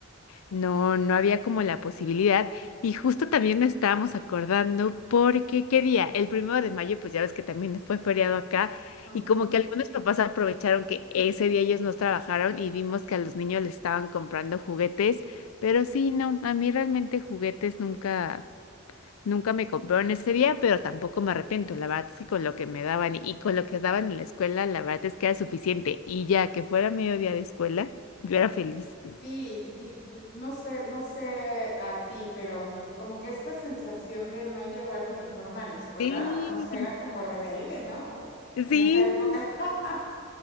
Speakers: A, on the left; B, on the left.
A: no, no había como la posibilidad. Y justo también nos estábamos acordando porque, ¿qué día? El primero de mayo, pues ya ves que también fue feriado acá.
B: Ajá.
A: Y como que algunos papás aprovecharon que ese día ellos no trabajaron y vimos que a los niños les estaban comprando juguetes. Pero sí, no, a mí realmente juguetes nunca, nunca me compraron ese día, pero tampoco me arrepiento. La verdad es que con lo que me daban y con lo que daban en la escuela, la verdad es que era suficiente. Y ya que fuera mediodía de escuela, yo era feliz.
B: Sí, y, y no sé, no sé a ti, pero como que esta sensación de no llevar uniforme a la escuela,
A: Sí.
B: no sé, era como rebelde, ¿no?
A: Sí,
B: En esa época. <laughs>